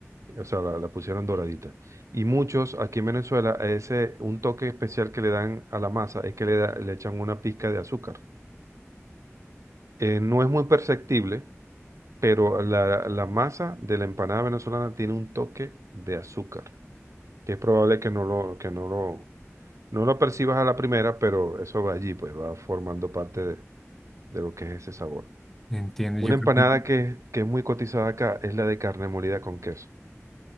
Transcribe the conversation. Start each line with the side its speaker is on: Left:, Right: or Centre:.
Right: O sea, la, la pusieron doradita. Y muchos aquí en Venezuela, a ese, un toque especial que le dan a la masa es que le, da- le echan una pizca de azúcar. Eh, no es muy perceptible, pero la, la masa de la empanada venezolana tiene un toque de azúcar, que es probable que no lo, que no lo, no lo percibas a la primera, pero eso va allí, pues va formando parte de, de lo que es ese sabor.
Centre: Entiendo,
Right: Una
Centre: yo
Right: empanada
Centre: creo que
Right: que, que es muy cotizada acá es la de carne molida con queso.